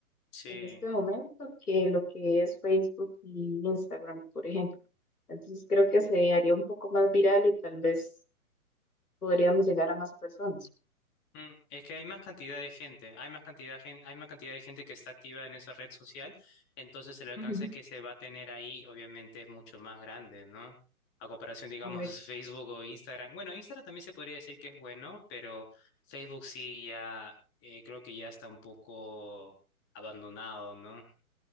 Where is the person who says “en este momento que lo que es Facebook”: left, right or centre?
Left